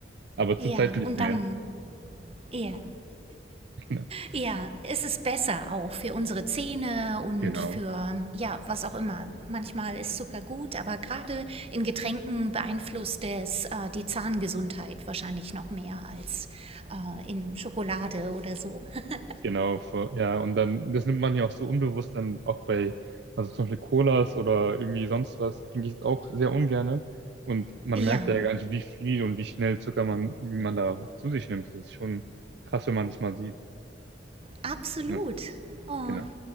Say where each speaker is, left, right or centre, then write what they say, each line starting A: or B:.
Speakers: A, on the right; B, on the right.
A: Aber
B: ja.
A: zurzeit nicht
B: Und
A: mehr.
B: dann, ja.
A: <laughs>
B: Ja, es ist besser auch für unsere Zähne und
A: Genau.
B: für, ja, was auch immer. Manchmal ist Zucker gut, aber gerade in Getränken beeinflusst es äh, die Zahngesundheit wahrscheinlich noch mehr als äh, in Schokolade oder so. <laughs>
A: Genau, vor- ja, und dann, das nimmt man ja auch so unbewusst dann auch bei, also zum Beispiel Colas oder irgendwie sonst was, trinke ich es auch sehr ungerne. Und man
B: Ja,
A: merkt ja gar nicht, wie viel und wie schnell Zucker man, wie man da zu sich nimmt. Das ist schon krass, wenn man das mal sieht.
B: Absolut.
A: Ja,
B: Oh,
A: genau.